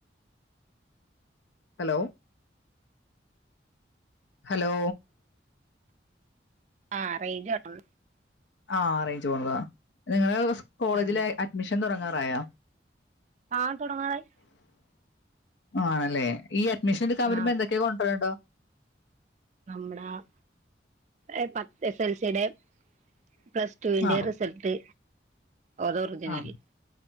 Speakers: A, on the left (about 75°); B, on the right (about 40°).
A: ഹലോ ഹലോ
B: ആഹ് റെയ്ഞ്ച് <unintelligible>
A: ആഹ് റെയ്ഞ്ച് പോണതാ നിങ്ങളെ വ്ടുള്ളെ കോളേജില്
B: ആഹ്
A: അഡ്മിഷൻ തൊടങ്ങാറായോ?
B: ആഹ് തുടങ്ങാറായി
A: ആണല്ലേ ഈ അഡ്മിഷൻ എടുക്കാൻ വെരുമ്പോ
B: ആഹ്
A: എന്തെ ക്കെ കൊണ്ടൊരൊണ്ടോ
B: നമ്മടാ ആ എ പത് എസ് എൽ സിടെയ് പ്ലസ് റ്റുവിന്റെയും
A: ആ
B: റിസെൾട്ട് ഒതൊറിജിനൊലി
A: ആ